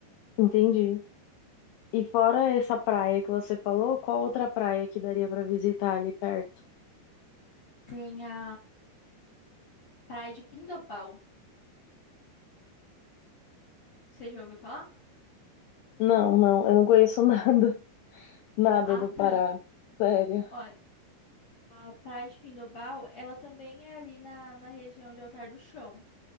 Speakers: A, on the left; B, on the left.
A: entendi. E fora essa praia que você falou, qual outra praia que daria pra visitar ali perto?
B: Tem a Praia de Pindobal. Você já ouviu falar?
A: Não, não, eu não conheço nada, <laughs> nada
B: Ah,
A: do
B: tá.
A: Pará, sério.
B: Olha, a Praia de Pindobal, ela também é ali na, na região de Altar do Chão.